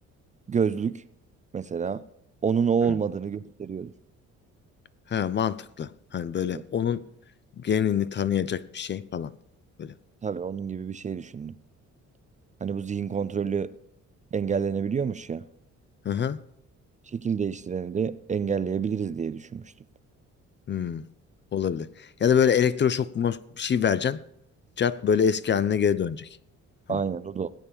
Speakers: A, on the right; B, on the left.
A: Gözlük mesela onun o olmadığını
B: Hı.
A: gösteriyordur
B: Ha, mantıklı. Hani böyle
A: gibi.
B: onun genini tanıyacak bir şey falan. Böyle.
A: Tabii onun gibi bir şey düşündüm. Hani bu zihin kontrolü engellenebiliyormuş ya.
B: Hı hı.
A: Şekil değiştireni de engelleyebiliriz diye düşünmüştüm.
B: Hmm. Olabilir. Ya da böyle elektroşok mo- bir şey vereceksin. Cart böyle eski haline geri dönecek. Tamam.
A: Aynen o da.